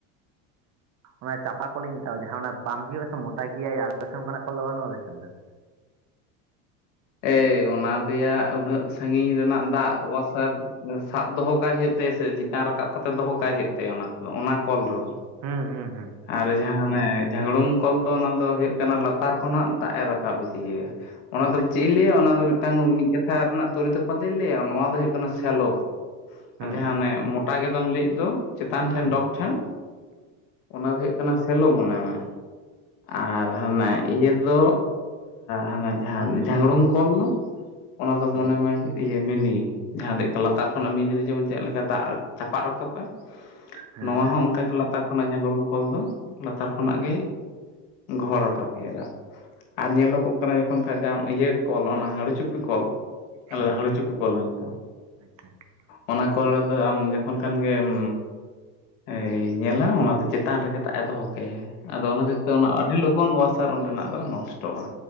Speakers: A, on the right (about 40°); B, on the left (about 75°).
A: ᱚᱱᱟ ᱪᱟᱯᱟ ᱠᱚᱞᱤᱧ ᱢᱮᱛᱟᱣᱟ ᱡᱟᱦᱟᱸ ᱚᱱᱟ ᱯᱟᱢᱯ ᱦᱩᱭᱩᱜᱼᱟ ᱥᱮ ᱢᱚᱴᱟ ᱜᱮᱭᱟᱭ ᱟᱞᱮ ᱥᱮᱱ ᱚᱱᱠᱟᱱᱟᱜ ᱠᱚᱞ ᱫᱚ ᱵᱟᱹᱱᱩᱜᱼᱟ ᱟᱞᱮ ᱥᱮᱱ ᱫᱚ ᱾
B: ᱮᱭ ᱚᱱᱟ ᱫᱚᱭᱟ ᱩᱱᱟᱹᱜ ᱥᱟᱺᱜᱤᱧ ᱨᱮᱱᱟᱜ ᱫᱟᱜ ᱚᱣᱟᱥᱟᱨᱼᱼ ᱥᱟᱵ ᱫᱚ ᱦᱚ ᱠᱟᱜ ᱦᱩᱭᱩᱜ ᱛᱟᱭᱟ ᱥᱮ ᱪᱮᱛᱟᱱ ᱨᱟᱠᱟᱼᱼ ᱨᱟᱠᱟᱵ ᱠᱟᱛᱮ ᱫᱚᱦᱚ
A: ᱦᱩᱸ
B: ᱠᱟᱭ ᱦᱩᱭᱩᱜ ᱛᱟᱭᱟ ᱚᱱᱟ ᱛᱮ ᱫᱚ ᱚᱱᱟ ᱠᱚᱞ ᱫᱚ
A: ᱦᱩᱸ ᱦᱩᱸ
B: ᱟᱨ ᱡᱟᱦᱟᱸ ᱦᱟᱱᱮᱼᱼ
A: ᱦᱩᱸ
B: ᱡᱟᱸᱦᱟ ᱦᱩᱲᱩᱝ ᱠᱚᱞ ᱫᱚ ᱚᱱᱟ ᱫᱚ ᱦᱩᱭᱩᱜ ᱠᱟᱱᱟ ᱞᱟᱛᱟᱨ ᱠᱷᱚᱱᱟᱜ ᱫᱟᱜ ᱮ ᱨᱟᱠᱟᱵ ᱤᱫᱤᱭᱮᱭᱟ ᱚᱱᱟ
A: ᱚ
B: ᱫᱚᱼᱼ ᱤᱧ ᱞᱟᱹᱭᱟ ᱚᱱᱟ ᱫᱚ ᱢᱤᱫᱴᱟᱝ ᱢᱤᱫ ᱠᱟᱛᱷᱟ ᱨᱮᱱᱟᱜ ᱛᱩᱨᱤᱛᱚᱯᱟᱛ ᱤᱧ ᱞᱟᱹᱭᱟ ᱱᱚᱣᱟ ᱫᱚ ᱦᱩᱭᱩᱜ ᱠᱟᱱᱟ ᱥᱮᱞᱚ᱾
A: ᱦᱩᱸ
B: ᱡᱟᱦᱟᱸ ᱚᱱᱮ ᱢᱳᱴᱟ ᱜᱮ ᱫᱚᱢ ᱞᱟᱹᱭ ᱮᱫ ᱫᱚ ᱪᱮᱛᱟᱱ
A: ᱦᱩᱸ
B: ᱴᱷᱮᱱ
A: ᱦᱩᱸ ᱦᱩᱸ
B: ᱰᱚᱜ ᱴᱷᱮᱱᱼᱼ ᱚᱱᱟ ᱫᱚ ᱦᱩᱭᱩᱜ ᱠᱟᱱᱟ ᱥᱮᱞᱚ ᱢᱚᱱᱮ ᱢᱮ ᱟᱨ ᱦᱟᱱᱮᱼᱼ ᱤᱭᱟᱹ ᱫᱚ ᱦᱟᱱᱟ ᱡᱟᱦᱟᱸ ᱡᱷᱟᱸᱝᱲᱩᱝ ᱠᱚᱞ ᱫᱚᱼᱼ ᱚᱱᱟ ᱫᱚ
A: ᱦᱩᱸ
B: ᱢᱚᱱᱮ ᱢᱮ ᱤᱭᱟᱹᱼᱼ ᱢᱤᱱᱤ ᱡᱟᱦᱟᱸ ᱫᱚ ᱦᱩᱭᱩᱜ ᱞᱟᱛᱟᱨ ᱠᱷᱚᱱᱟᱜ ᱢᱤᱱᱤ ᱫᱚ ᱡᱮᱢᱚᱱ ᱪᱮᱫ ᱞᱮᱠᱟ ᱫᱟᱜ ᱪᱟᱯᱟᱫ ᱨᱟᱠᱟᱵᱟᱼᱼ
A: ᱦᱩᱸ
B: ᱱᱚᱣᱟ ᱦᱚᱸ ᱚᱱᱠᱟ ᱜᱮ ᱞᱟᱛᱟᱨ ᱠᱷᱚᱱᱟᱜ ᱡᱷᱟᱜᱲᱩᱢ ᱠᱚᱞ ᱫᱚ ᱞᱟᱛᱟᱨ ᱠᱷᱚᱱᱟᱜ ᱜᱮᱼᱼ ᱜᱚᱦᱚᱲ ᱨᱟᱠᱟᱵ ᱯᱮᱭᱟ ᱫᱟᱜ ᱟᱨ ᱧᱮᱞᱚᱜᱚᱜ
A: ᱦᱩᱸ
B: ᱠᱟᱱᱟ ᱡᱚᱠᱷᱚᱱ ᱠᱷᱟᱱ ᱜᱮ ᱟᱢᱼᱼ ᱤᱭᱟᱹ ᱠᱚᱞ ᱚᱱᱟ ᱦᱟᱹᱲᱩ ᱪᱩᱯᱤ ᱠᱚᱞ ᱟᱞᱮ
A: ᱦᱩᱸ
B: ᱫᱚ ᱦᱟᱹᱲᱩ ᱪᱩᱯᱤ ᱠᱚᱞ ᱞᱮ ᱢᱮᱛᱟᱜᱼᱟ
A: <unintelligible>
B: ᱚᱱᱟ ᱠᱚ ᱨᱮ ᱫᱚ ᱟᱢ ᱡᱚᱠᱷᱚᱱ ᱠᱷᱟᱱ ᱜᱮᱢᱼᱼ ᱮᱭ ᱧᱮᱞᱟ ᱚᱱᱟ ᱫᱚ ᱪᱮᱛᱟᱱ ᱨᱮ ᱜᱮ ᱫᱟᱜ ᱮ ᱫᱚᱦᱚ ᱠᱟᱭᱟ ᱟᱫᱚ ᱚᱱᱟ ᱠᱷᱟᱛᱤᱨ ᱛᱮ ᱚᱱᱟ ᱟᱹᱰᱤ ᱞᱚᱜᱚᱱ ᱚᱣᱟᱥᱟᱨ ᱚᱸᱰᱮᱱᱟᱜ ᱫᱚ ᱱᱚᱥᱴᱚᱜᱼᱟ